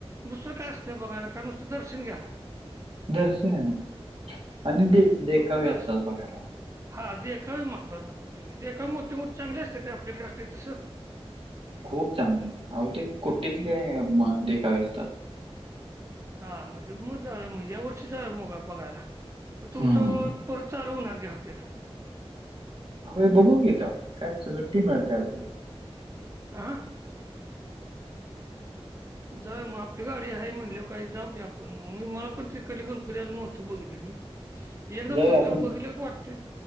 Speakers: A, on the right; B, on the right.
A: दुसरं काय असतं बघायला का नुसतं दर्शन घ्याला
B: दर्शन आणि दे देखावे
A: फक्त दर्श
B: असतात बघायला
A: हा देखावे महत्वाचं म्हणं तोय म्हणं देखावे मोठी मोठी चांगली असत्यात कां आपल्याकडे असते तसं
B: खूप चांगलं आव ते कुट्टीतले म देखावे असतात
A: हा म दिडुमच जाऊया मग या वर्षीचं जाव मोग बघायला प तुमचं
B: हम्म
A: परत चालु होणार नाही हॉटेल
B: व्हयं बघू की काय सगळं टीमं चार दिवस
A: आं जाऊया मग आपली गाडी हाय म्हणल्यावर कायं जाऊ की आपण मी मला पण तिकडली गणपती अजून नव्हतं बघितलं मी एकदा
B: जाऊया
A: बहुतेक
B: आपण
A: बघितलं तर वाटते